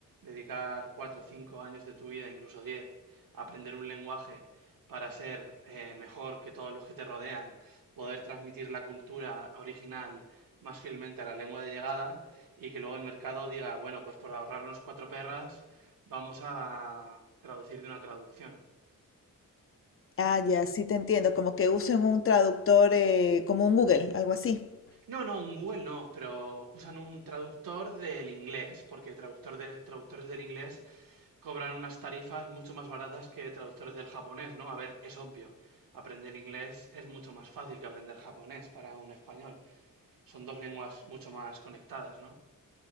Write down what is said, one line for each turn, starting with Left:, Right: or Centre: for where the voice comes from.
Right: dedicar cuatro o cinco años de tu vida, incluso diez, a aprender un lenguaje para ser eh, mejor que todos los que te rodean, poder transmitir la cultura original más fielmente a la lengua de llegada y que luego el mercado diga, bueno, pues por ahorrarnos cuatro perras, vamos a traducir de una traducción.
Left: Ah, ya, sí te entiendo. Como que usen un traductor, eh, como un Google, algo así.
Right: No, no, en Google no, pero usan un traductor del inglés, porque traductor de- traductores del inglés cobran unas tarifas mucho más baratas que traductores del japonés, ¿no? A ver, es obvio, aprender inglés es mucho más fácil que aprender japonés para un español. Son dos lenguas mucho más conectadas, ¿no?